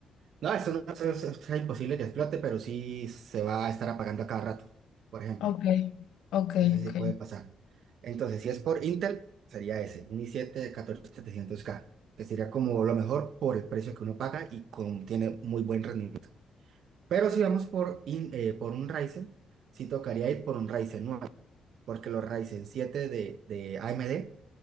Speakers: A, on the right; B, on the left.
A: No, eso no eso es, eso es imposible que explote, pero sí se va a estar apagando a cada rato. Por ejemplo.
B: Ok, ok,
A: Eso sí
B: ok.
A: puede pasar. Entonces, si es por Intel, sería ese, un i7 de catorce mil setecientos k que sería como lo mejor por el precio que uno paga y con, tiene muy buen rendimiento. Pero si vamos por, in- eh, por un Ryzen, sí tocaría ir por un Ryzen nueve porque los Ryzen 7 de, de AMD,